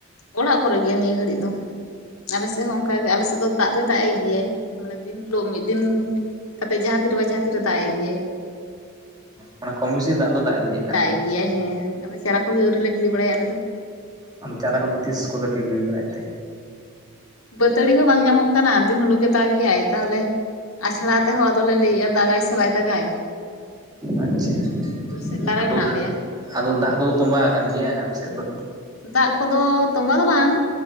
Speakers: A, on the left; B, on the right.
A: ᱚᱲᱟᱜ ᱠᱚᱨᱮ ᱜᱮ ᱱᱤᱭᱟᱹ ᱜᱷᱟᱹᱲᱤᱡ ᱫᱚ ᱟᱞᱮ ᱥᱮᱫ ᱦᱚᱸ ᱚᱱᱠᱟ ᱜᱮ ᱟᱞᱮ ᱥᱮᱫ ᱫᱚ ᱫᱟᱜ ᱫᱚ ᱫᱟᱜ ᱮᱜ ᱜᱮᱭᱟᱭ᱾ ᱫᱤᱱ ᱦᱤᱞᱳᱜ ᱢᱤᱫ ᱫᱤᱱ ᱠᱟᱛᱮᱜ ᱡᱟᱦᱟ ᱛᱤᱨ ᱨᱮ ᱵᱟᱝ ᱡᱟᱦᱟ ᱛᱤ ᱨᱮ ᱫᱟᱜ ᱮᱜ ᱜᱮᱭᱟᱭ᱾
B: ᱚ ᱚᱱᱮ ᱠᱚᱢ ᱵᱮᱥᱤ ᱫᱟᱜ ᱫᱚ ᱫᱟᱜ ᱤᱫᱤᱭᱮᱫ ᱠᱟᱱ
A: ᱫᱟᱜ
B: ᱜᱮᱭᱟ
A: ᱮᱜ ᱜᱮᱭᱟᱭ ᱦᱮᱸ ᱟᱫᱚ ᱪᱟᱨᱟ ᱠᱚᱜᱮ ᱟᱹᱣᱨᱤ ᱞᱮ ᱜᱤᱲᱤ ᱵᱟᱲᱟᱭᱟ ᱟᱞᱮᱫ ᱫᱚ᱾
B: ᱟᱫᱚ ᱪᱟᱨᱟ ᱠᱚ ᱫᱚ ᱛᱤᱥ ᱠᱚᱛᱮ ᱯᱮ ᱜᱤᱲᱤ ᱵᱟᱲᱟᱭᱟ᱾
A: ᱵᱟᱹᱛᱟᱲᱤ ᱦᱚᱸ ᱵᱟᱝ ᱧᱟᱢᱚᱜ ᱠᱟᱱᱟ ᱫᱤᱱ ᱦᱤᱞᱳᱜ ᱜᱮ ᱫᱟᱜ ᱮᱜᱟᱭ ᱛᱟᱦᱞᱮ ᱟᱪᱷᱟᱲᱟ ᱛᱮᱦᱚᱸ ᱟᱫᱚ ᱞᱮ ᱞᱟᱹᱭ ᱮᱜᱼᱟ ᱫᱟᱜ ᱟᱭ ᱥᱮ ᱵᱟᱭ ᱫᱟᱜ ᱟᱭ᱾
B: ᱟᱪᱪᱷᱟ,
A: ᱫᱩ ᱥᱮᱨᱞᱟ ᱨᱮ
B: ᱟᱫᱚ
A: ᱢᱮᱱᱟᱜ ᱞᱮᱭᱟ
B: ᱟᱫᱚ ᱫᱟᱜ ᱠᱚᱫᱚ ᱛᱚᱸᱵᱟ ᱟᱠᱟᱱ ᱜᱮᱭᱟ ᱟᱯᱮ ᱥᱮᱫ ᱫᱚ᱾
A: ᱫᱟᱜ ᱠᱚ ᱫᱚ ᱛᱚᱸᱵᱟ ᱫᱚ ᱵᱟᱝ